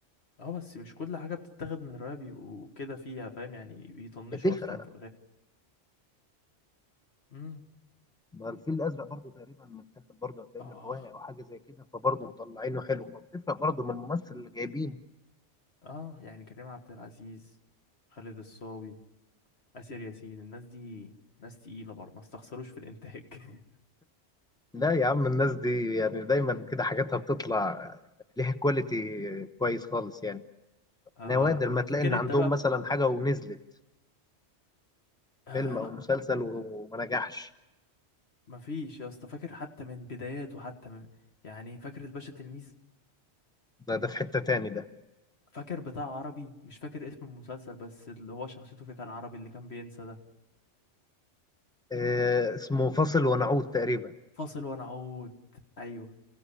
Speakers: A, on the left; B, in the centre.
A: اه بس مش كل حاجة بتتاخد من رواية بيبقوا كده فيها فاهم يعني بيطنشوا
B: بتفرق
A: اصلا في الغالب
B: ما الفيل الأزرق برضو تقريبا متاخد برضو هتلاقيه
A: اه
B: من رواية أو حاجة زي كده فبرضو مطلعينه حلو ما بتفرق برضو من الممثل اللي جايبينه
A: اه يعني كريم عبد العزيز خالد الصاوي آسر ياسين الناس دي ناس تقيلة برضه ما استخسروش في الإنتاج <laughs>
B: لا يا عم الناس دي يعني دايما كده حاجاتها بتطلع ليها كواليتي كويس خالص يعني
A: آه
B: نوادر ما تلاقي
A: فاكر
B: إن عندهم
A: أنت بقى
B: مثلا حاجة ونزلت
A: آه
B: فيلم
A: لا
B: أو مسلسل وما نجحش
A: مفيش يا اسطى فاكر حتى من بداياته حتى من يعني فاكر الباشا تلميذ
B: ده ده في حتة تاني ده
A: فاكر بتاع عربي مش فاكر اسم المسلسل بس اللي هو شخصيته فيه كان عربي اللي كان بينسى ده
B: آه اسمه فاصل ونعود تقريبا
A: فاصل ونعود ايوه